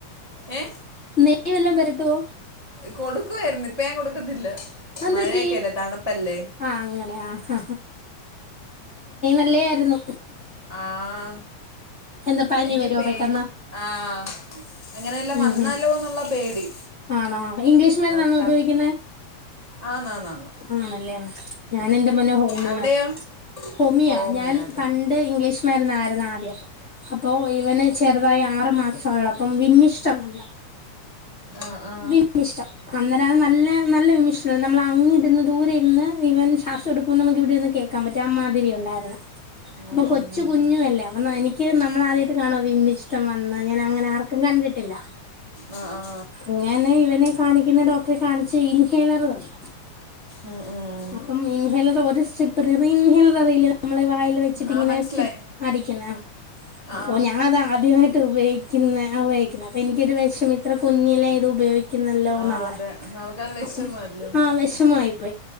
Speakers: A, on the right (about 15°); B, on the left (about 30°).
A: ഏ
B: നെയ്യ് വല്ലതും എട്ടോ
A: കൊടുക്കുവായിരുന്നു ഇപ്പ ഞാൻ കൊടുക്കത്തില്ല
B: അതെന്തുപറ്റി
A: മഴയൊക്കെ അല്ലേ തണുപ്പല്ലേ
B: ആ അങ്ങനെ ആ ഹ അല്ലായിരുന്നു
A: ആഹ
B: എന്താ പനി
A: എനിക്ക്
B: വരുവോ
A: പേര്
B: പെട്ടെന്ന്
A: ആഹ അങ്ങനെയല്ലാം
B: ഉം
A: വന്നാലോ
B: ഉം
A: എന്നുള്ള പേടി
B: ആണോ ഇംഗ്ലീഷ് മര്ന്നാണോ
A: നിർത്ത
B: ഉപയോഗിക്കുന്നേ
A: ആന്നാന്നാന്ന്
B: ആണല്ലേ ആ ഞാൻ എന്റെ മോന് ഹോമിയ
A: അവിടെയോ
B: ഹോമിയാ
A: ഹോമിയാത്
B: ഞാൻ പണ്ട് ഇംഗ്ലീഷ് മരുന്നായിരുന്നു മരുന്നായിരുന്നു ആദ്യം അപ്പൊ ഇവന് ചെറുതായി ആറു മാസ ഒള്ളപ്പം വിമ്മിഷ്ടമല്ല
A: ആ ആ
B: വിമ്മിഷ്ടം അന്നതാണ് ഇല്ല നല്ല വിമ്മിഷ്ടമാണ് നമ്മൾ അങ്ങ് ഇരുന്ന് ദൂരെ ഇന്ന് ഇവൻ ശ്വാസം എടുക്കുമ്പോൾ അപ്പൊ നമുക്കിവിടെ ഇരുന്ന് കേൾക്കാൻ പറ്റും അമ്മാതിരി ഉണ്ടായിരുന്നു ഇതല്ല
A: ഉം,
B: അപ്പം കൊച്ചു
A: ഉം.
B: കുഞ്ഞുവല്ലേ അപ്പൊ എനിക്ക് നമ്മൾ ആദ്യമായിട്ട് കാണാ വിമ്മിഷ്ടം വന്ന് ഞാൻ അങ്ങനെ ആർക്കും കണ്ടിട്ടില്ല
A: ആ ആ
B: ഇങ്ങനെ ഇവനെ കാണിക്കുന്ന ഡോക്ടറെ കാണിച്ച് ഇൻഹേലർ തന്നു
A: ഉം, ഉം.
B: അപ്പം ഇൻഹേലർ ഒരു സിബ് റിറിങ് ഇൻഹേലറ് അറിയില്ലേ നമ്മളെ വായിൽ വെച്ചിട്ട്
A: ആ
B: ഇങ്ങനെച്ച്
A: മനസ്സിലായി
B: അടിക്കുന്നഅപ്പൊ
A: ആ ആ.
B: ഞാൻ അത് ആദ്യമായിട്ട് ഇത് ഉപയോഗിക്കുന്നെ അപ്പൊ എനിക്കൊരു വിഷമം ഇത്ര കുഞ്ഞിലെ ഇത് ഉപയോഗിക്കുന്ന ഉപയോഗിക്കുന്നല്ലോ
A: ആ
B: എന്നുള്ള
A: അതെ നമുക്കത് വിഷമല്ലേ
B: അപ്പൊ ആഹ് വിഷമമായി പോയി